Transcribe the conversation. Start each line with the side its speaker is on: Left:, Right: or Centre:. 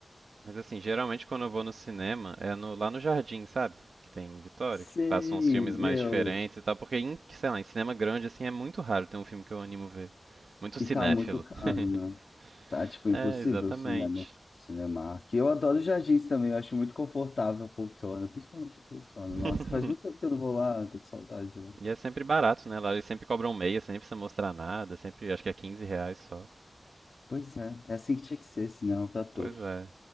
Right: Mas assim, geralmente quando eu vou no cinema é no lá no Jardim, sabe? Que tem em Vitória,
Left: Sei,
Right: que passam uns filmes
Left: meu.
Right: mais diferentes e tal, porque em, sei lá, em cinema grande assim é muito raro ter um filme que eu animo ver. Muito
Left: E
Right: cinéfilo.
Left: tá muito caro,
Right: <laughs>
Left: né? Tá, tipo,
Right: É,
Left: impossível
Right: exatamente.
Left: o cinema, tipo, Cinemark. E Eu adoro jardins também, eu acho muito confortável a poltrona, principalmente a poltrona.
Right: <laughs>
Left: Nossa, faz muito tempo que eu não vou lá, eu tô com saudade de lá.
Right: E é sempre barato, né? Lá eles sempre cobram meia, sem precisa mostrar nada, sempre acho que é 15 reais só.
Left: Pois é, é assim que tinha que ser, cinema pra todos.
Right: Pois é.